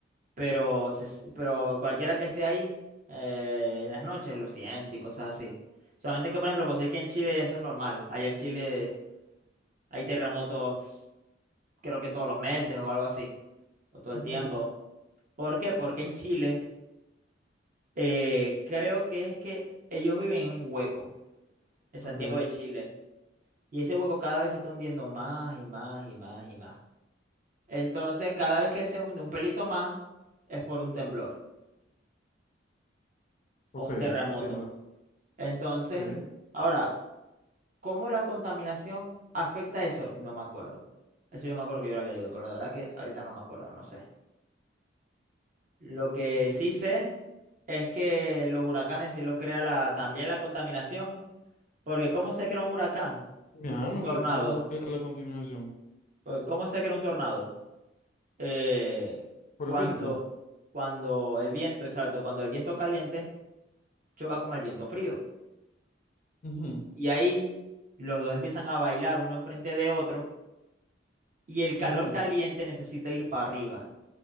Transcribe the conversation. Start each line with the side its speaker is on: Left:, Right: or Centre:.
Right: Pero, se s- pero cualquiera que esté ahí eh, en las noches lo siente y cosas así. Solamente que, por ejemplo, pues hay que en Chile ya eso es normal. Allá en Chile hay terremotos, creo que todos los meses o algo así. O todo el
Left: Ujú.
Right: tiempo. ¿Por qué? Porque en Chile. Eh, creo que es que ellos viven en un hueco, en Santiago
Left: Ok,
Right: de Chile, y ese hueco cada vez se está hundiendo más y más y más y más. Entonces, cada vez que se hunde un pelito más, es por un temblor
Left: ok,
Right: o un terremoto.
Left: entiendo.
Right: Entonces,
Left: Ok.
Right: ahora, ¿cómo la contaminación afecta eso? No me acuerdo. Eso yo me acuerdo que yo lo había leído, pero de verdad que ahorita no me acuerdo, no sé. Lo que
Left: Mm.
Right: sí sé es que los huracanes sí los crea la, también la contaminación Porque ¿cómo se crea un huracán
Left: Mi alma,
Right: o un tornado?
Left: pero ¿cómo lo va a crear la continuación?
Right: Porque ¿Cómo se crea un tornado? Eh,
Left: Por
Right: cuando,
Left: el viento.
Right: cuando el viento, exacto, cuando el viento caliente choca con el viento frío.
Left: Ujú,
Right: Y ahí los dos empiezan a bailar uno enfrente de otro y el calor
Left: ujú.
Right: caliente necesita ir para arriba,